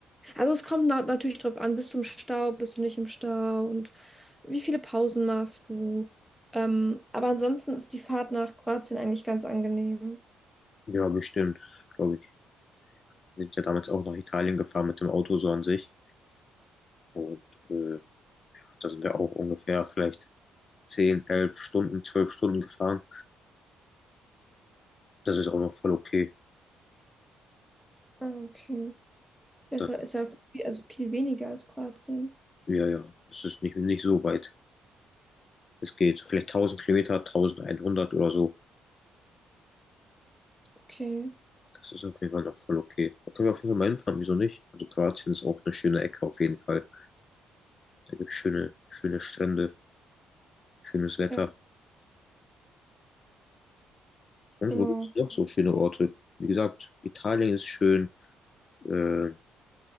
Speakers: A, in the centre; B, on the left.
A: Also es kommt na natürlich drauf an, bist du im Stau, bist du nicht im Stau und wie viele Pausen machst du. Ähm, aber ansonsten ist die Fahrt nach Kroatien eigentlich ganz angenehm.
B: ja, bestimmt, glaube ich. Wir sind ja damals auch nach Italien gefahren mit dem Auto so an sich. Und äh, da sind wir auch ungefähr vielleicht 10 11 Stunden, 12 Stunden gefahren. Das ist auch noch voll okay.
A: Ah, Okay. Das
B: Das,
A: ist ja viel, also viel weniger als Kroatien.
B: ja, ja, das ist nicht, nicht so weit. Es geht so vielleicht tausend Kilometer, 1100 oder so.
A: Okay,
B: Das ist auf jeden Fall noch voll okay. Da können wir auf jeden Fall mal hinfahren, wieso nicht? Also Kroatien ist auch eine schöne Ecke auf jeden Fall. Da gibt es schöne, schöne Strände, schönes Wetter.
A: ja,
B: Sonst
A: genau.
B: wo gibt es noch so schöne Orte? Wie gesagt, Italien ist schön. Äh,